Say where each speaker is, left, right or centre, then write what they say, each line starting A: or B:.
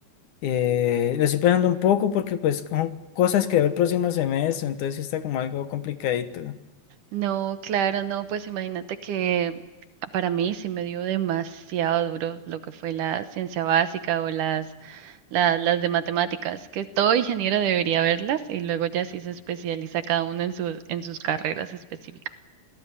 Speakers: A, on the left; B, on the right.
A: eh, lo estoy pensando un poco porque pues son cosas que veo el próximo semestre, entonces sí está como algo complicadito.
B: No, claro, no, pues imagínate que para mí sí me dio demasiado duro lo que fue la ciencia básica o las, la- las de matemáticas, que todo ingeniero debería verlas y luego ya sí se especializa cada uno en sus, en sus carreras específicas.